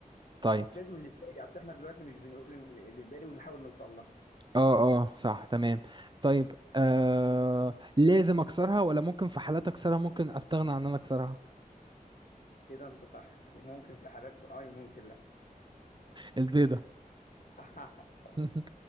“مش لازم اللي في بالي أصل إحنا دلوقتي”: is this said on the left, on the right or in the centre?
Left